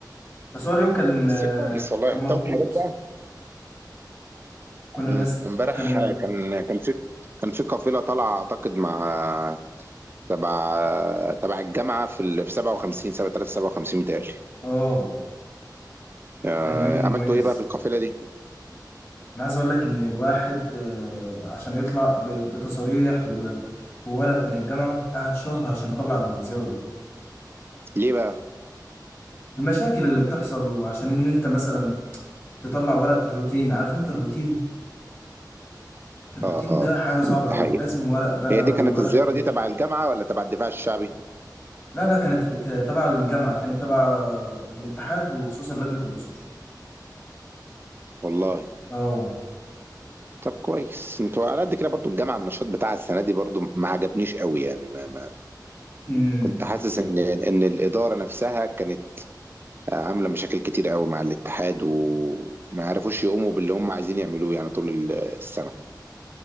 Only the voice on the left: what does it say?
بس هو اليوم كان
كان مضغوط
كنا
مس
كان ال...
اه
كان يوم مميز
انا عايز اقول لك ان الواحد آه، عشان يطلع ب- بتصاريح و- وورق من الجامعه قعد شهر عشان اطلع الزياره دي
المشاكل اللي بتحصل وعشان ان انت مثلا تطلع ورق الروتين عارف انت الروتين الروتين
ده حاجه
صعبه
قوي
لازم ورق بقى
والورق
ده
لا لا كانت تت- ك- تبع الجامعه كانت تبع الاتحاد وخصوصا لجنه الاسر
اه
إمم.